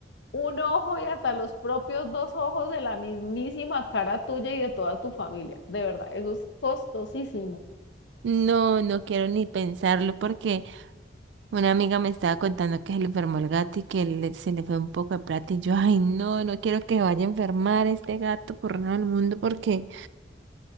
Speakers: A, on the left; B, on the right.
A: un ojo y hasta los propios dos ojos de la mismísima cara tuya y de toda tu familia. De verdad, eso es costosísimo.
B: No, no quiero ni pensarlo porque una amiga me estaba contando que se le enfermó el gato y que le- se le fue un poco de plata y yo, ay, no, no quiero que vaya a enfermar este gato por nada del mundo porque